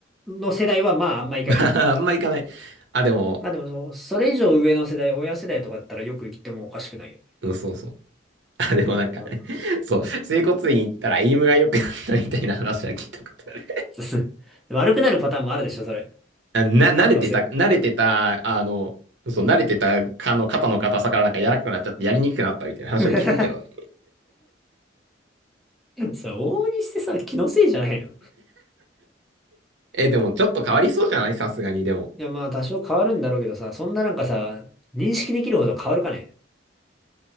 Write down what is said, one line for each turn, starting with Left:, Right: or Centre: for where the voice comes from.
Centre: の世代はまああんま行かないじゃん。
Right: <laughs> まあ、あんま行かない。あ、でも、
Centre: まあでもその、それ以上上の世代、親世代とかだったらよく行ってもおかしくないよ
Right: うん、そうそう。あ、でもなんかね、
Centre: ね。
Right: そう、整骨院行ったらエイムが良くなったみたいな話は聞いたことある。
Centre: <laughs> でも悪くなるパターンもあるでしょ、それ。
Right: あな、慣れてた、
Centre: どうせ。
Right: 慣れてた、あの、そう、慣れてたかの肩の硬さからなんか柔らかくなっちゃってやりにくくなったみたいな話を聞くけどね。
Centre: <laughs> さ、往々にしてさ、気のせいじゃないの。
Right: え、でもちょっと変わりそうじゃないさすがに、でも。
Centre: いや、まあ、多少変わるんだろうけどさ、そんななんかさ、認識できるほど変わるかね。